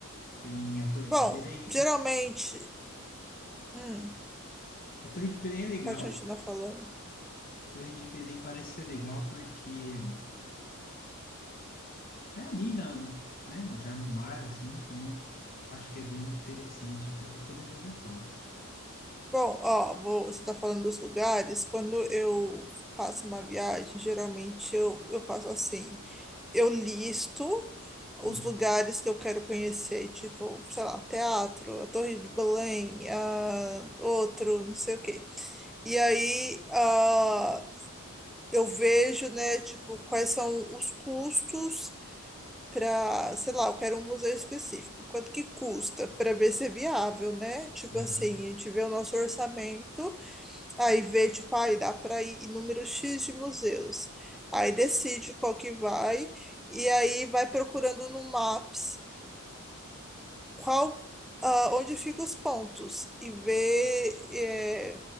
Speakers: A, on the left; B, in the centre.
A: Tem a Torre
B: Bom,
A: de Belém.
B: geralmente. Hum,
A: A Torre de Belém é legal.
B: pode continuar falando.
A: A Torre de Belém parece ser legal porque até ali na, no, né, na- já no mar, assim, então acho que é bem interessante até para poder fazer foto.
B: Bom, ó, vou- você está falando dos lugares. Quando eu faço uma viagem, geralmente eu, eu faço assim. eu listo os
A: Hum,
B: lugares que eu quero conhecer, tipo, sei lá, teatro, a Torre de Belém, ah, outro, não sei o quê. E aí, ah, eu vejo, né, tipo, quais são os custos para, sei lá, eu quero um museu específico. Quanto que custa para ver se é viável, né? Tipo
A: aham.
B: assim, a gente vê o nosso orçamento Aí vê, tipo, aí dá para ir em número X de museus. Aí decide qual que vai, e aí vai procurando no Maps qual, ah, onde ficam os pontos, e vê,